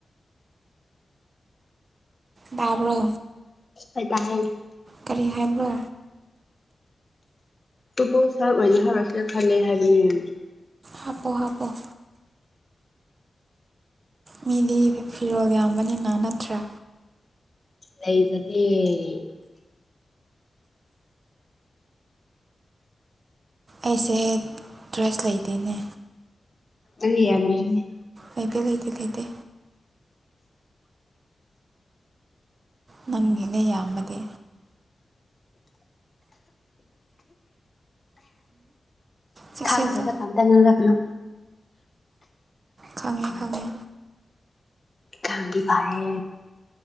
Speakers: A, on the right; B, on the left.
A: ꯇꯕꯔꯣ꯫
B: ꯑꯩ ꯇꯥꯏꯌꯦ꯫
A: ꯀꯔꯤ ꯍꯥꯏꯕ꯭ꯔꯥ꯫
B: ꯇꯨꯄꯣꯛ ꯁꯔꯥꯠ ꯑꯣꯏꯅ ꯍꯥꯑꯣꯔꯁꯤꯔ ꯈꯜꯂꯦ ꯍꯥꯏꯕꯅꯦ꯫
A: ꯍꯥꯄꯣ ꯍꯥꯄꯣ꯫ ꯃꯤꯗꯤ ꯐꯤꯔꯣꯜ ꯌꯥꯝꯕꯅꯤꯅ ꯅꯠꯇ꯭ꯔꯥ꯫
B: ꯂꯩꯖꯗꯦ꯫
A: ꯑꯩꯁꯦ ꯗ꯭ꯔꯦꯁ ꯂꯩꯗꯦꯅꯦ꯫
B: ꯑꯒꯤ ꯌꯥꯝꯃꯤꯗꯨꯅꯤ꯫
A: ꯂꯩꯇꯦ ꯂꯩꯇꯦ ꯂꯩꯇꯦ꯫ ꯅꯪꯒꯤꯅꯦ ꯌꯥꯝꯕꯗꯤ꯫ ꯆꯦꯛꯁꯤꯜꯂꯨ
B: ꯈꯪꯗꯔꯒ ꯈꯪꯇꯥꯛ ꯉꯥꯡꯂꯛꯀꯅꯨ꯫
A: ꯈꯪꯉꯦ ꯈꯪꯉꯦ꯫
B: ꯊꯥꯗꯤ ꯊꯥꯌꯦ꫰꫰